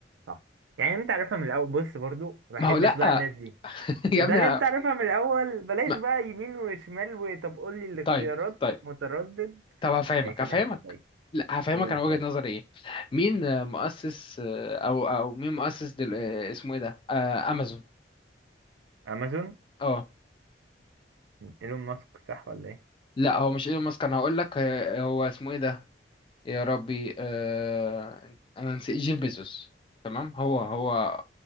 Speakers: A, on the right; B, on the left.
A: صح يعني انت عارفها من الاول بص برضو ما
B: ما
A: بحبش
B: هو لا
A: بقى الناس دي
B: <laughs> يا
A: بدل
B: ابني
A: انت عارفها من الاول بلاش
B: ما-
A: بقى يمين وشمال وطب قول لي الاختيارات
B: طيب طيب
A: متردد
B: طب هفهمك
A: ماشي
B: هفهمك
A: اللي انت طيب
B: لا هفهمك
A: قول
B: انا وجهة
A: طيب
B: نظري ايه مين آه، مؤسس آه، او او مين مؤسس دل... آه، اسمه ايه ده آه، امازون
A: امازون
B: اه
A: ايلون ماسك صح ولا ايه
B: لا هو مش ايلون ماسك انا هقول لك آه، هو اسمه ايه ده يا ربي آه، انا نسيت جيف بيزوس تمام هو هو